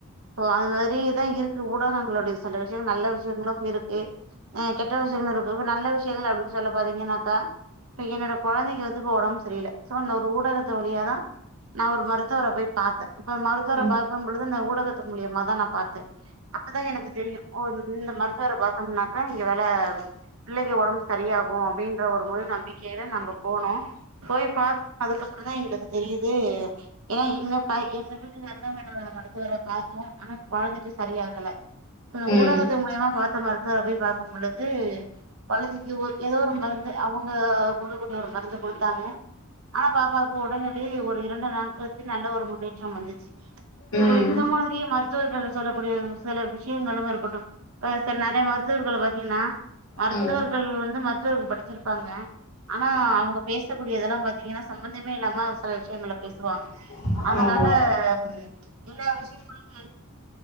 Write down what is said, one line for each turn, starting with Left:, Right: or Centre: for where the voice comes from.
Right: ப்போ அது மாதிரிதா இருக்கு ஊடகங்களுடைய சில விஷய நல்ல விஷயங்களும் இருக்கு கெட்ட விஷயங்களுருக்கு இப்ப நல்ல விஷ அப்டினு சொல்ல போறிங்கனாக்கா இப்ப என்னோட கொழந்தைக்கு வந்து இப்ப ஒடம்பு சரியில்ல சோ அந்த ஒரு ஊடகத்து வழியாத நா ஒரு மருத்துவர போய் பாத்த இப்ப மருத்துவர
Left: உம்
Right: பாக்கும் பொழுது இந்த ஊடகத்து மூலியமாதா நா பாத்தே அப்பதா எனக்கு தெரியு ஒ இந்த மருத்துவர பாத்தம்னாக்க இங்க வர பிள்ளைக ஒடம்புக்கு செரியாகு அப்டின்ற ஒரு முழு நம்பிக்கைல நாங்க போனோ போய் பாத்து அதுக்கப்பறந்தா எங்களுக்கு தெரியுது ஏனா <unintelligible> நரம்பியல் நல மருத்துவர பாத்தோ ஆனா கொழந்தைக்கு சரியாகல
Left: உம்
Right: ஊடகத்து மூலியமா பாத்த மருத்துவர போய் பாக்கும் பொழுது கொழந்தைக் குத் ஏதோ ஒரு மருந்து அவங்க குடுக்கக்கூடிய ஒரு மருந்து குடுத்தாங்க ஆனா பாப்பாக்கு உடனடி ஒரு இரண்டு நாட்களுக்கு நல்ல ஒரு முன்னேற்றம் வந்
Left: உம்
Right: சோ இந்த
Left: உம்
Right: மாதிரி மருத்துவர்கள் சொல்லக்கூடிய ம் சில விஷயங்களும் இருக்குட்டும் அ சில நறைய மருத்துவர்கள் பாத்தீங்கன்னா மருத்துவர்
Left: ம் ம்
Right: இவர்கள் வந்து மருத்துவக்கு படிச்சிருப்பாங்க ஆனா அவங்க பேசக்கூடிய இதெல்லா பாத்தீங்கன்னா சம்மந்தமே இல்லாம சில விஷயங்கள பேசுவாங்க
Left: ஆமா
Right: அதனால எல்ல விஷயங்களுக்கு